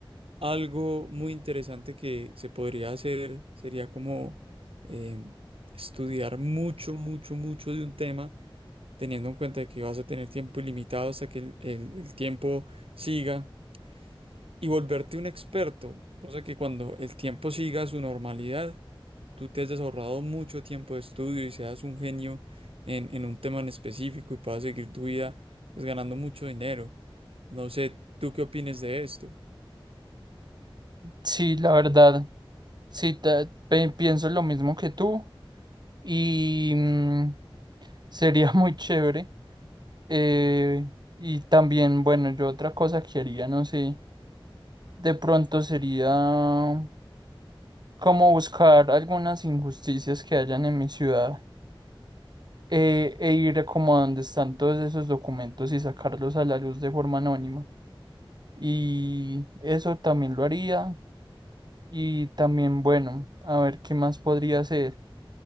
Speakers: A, on the right; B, on the right.
A: algo muy interesante que se podría hacer sería como eh, estudiar mucho, mucho, mucho de un tema, teniendo en cuenta que vas a tener tiempo ilimitado hasta que el el- el tiempo siga y volverte un experto, cosa que cuando el tiempo siga su normalidad, tú te has ahorrado mucho tiempo de estudio y seas un genio en, en un tema en específico y puedas seguir tu vida pues, ganando mucho dinero. No sé, ¿tú qué opines de esto?
B: Sí, la verdad. Sí, ta- pe- pienso lo mismo que tú. y mm, sería <laughs> muy chévere. Eh, y también, bueno, yo otra cosa que haría, no sé, de pronto sería como buscar algunas injusticias que hayan en mi ciudad eh, e ir como a donde están todos esos documentos y sacarlos a la luz de forma anónima. Y eso también lo haría. Y también, bueno, a ver qué más podría hacer.